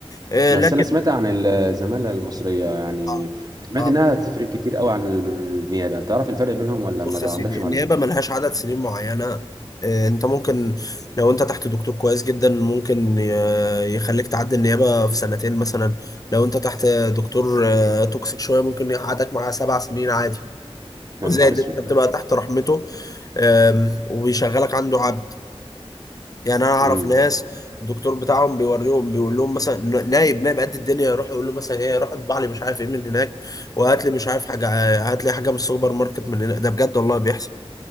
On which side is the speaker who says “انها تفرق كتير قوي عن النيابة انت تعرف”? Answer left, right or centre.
Right